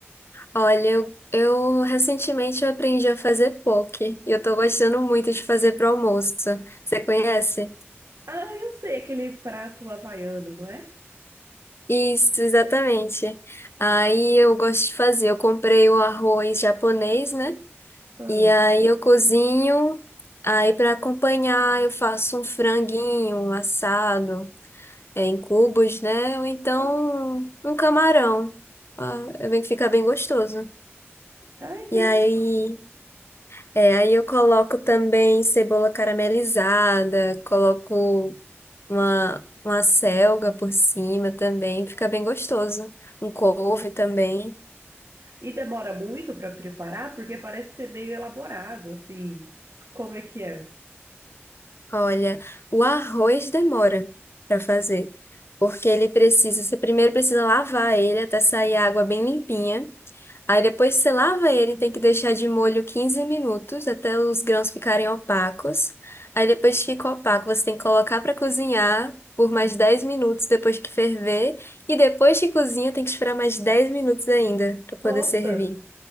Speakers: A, on the left; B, on the right.
A: Olha, eu, eu recentemente eu aprendi a fazer poke e eu tô gostando muito de fazer pro almoço. Você conhece?
B: Ah, eu sei, aquele prato havaiano, não é?
A: Isso, exatamente. Aí eu gosto de fazer. Eu comprei o arroz japonês, né?
B: Ah,
A: E aí eu cozinho. Aí para acompanhar eu faço um franguinho assado é, em cubos, né? Ou então
B: ah,
A: um camarão. Ah, é bem que fica bem gostoso.
B: ai, que
A: E
B: legal.
A: aí, é, aí eu coloco também cebola caramelizada, coloco uma, uma selga por cima também, fica bem gostoso. Um couve também.
B: E demora muito pra preparar, porque parece ser meio elaborado, assim. Como é que é?
A: Olha, o arroz demora para fazer, porque ele precisa, você primeiro precisa lavar ele até sair a água bem limpinha. Aí depois você lava ele, tem que deixar de molho 15 minutos até os grãos ficarem opacos. Aí depois que fica opaco, você tem que colocar para cozinhar por mais 10 minutos depois que ferver. E depois que cozinha, tem que esperar mais 10 minutos ainda para poder
B: Nossa,
A: servir.